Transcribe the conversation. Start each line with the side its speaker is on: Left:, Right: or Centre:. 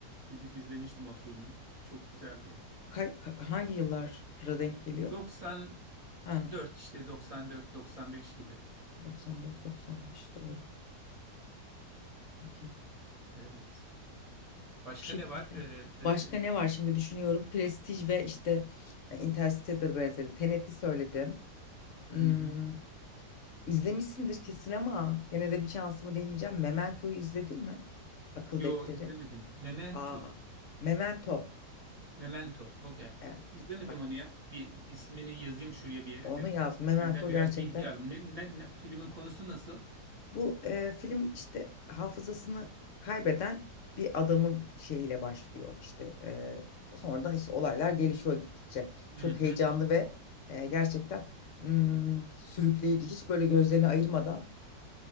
Right: Gidip izlemiştim o filmi. Çok güzeldi ya.
Left: Kay- ka- hangi yıllara denk geliyor?
Right: 94
Left: Ha
Right: işte 94-95 gibi.
Left: 94-95 doğru. Okey.
Right: Evet. Başka
Left: Bu şekilde.
Right: ne var? E,
Left: Başka ne var şimdi düşünüyorum. Prestige ve işte e, Interstellar benzeri. Tenet'i söyledim. Hmm,
Right: e, hı hı.
Left: izlemişsindir kesin ama yine de bir şansımı deneyeceğim. Memento'yu izledin mi? Akıl
Right: Yo
Left: defteri.
Right: izlemedim. Memento.
Left: Aa, Memento.
Right: Memento. Okey.
Left: Evet.
Right: İzlemedim
Left: Bak
Right: onu ya. Bir ismini yazayım şuraya bir yere
Left: onu
Right: de.
Left: yaz. Memento
Right: Benden biraz
Left: gerçekten
Right: bilgi alayım. Ne, ne, ne- filmin konusu nasıl?
Left: Bu e, film işte hafızasını kaybeden bir adamın şeyiyle başlıyor işte e, sonradan işte olaylar gelişiyor gittikçe
Right: Hı
Left: çok heyecanlı
Right: hı.
Left: ve e, gerçekten mm, sürükleyici hiç böyle gözlerini ayırmadan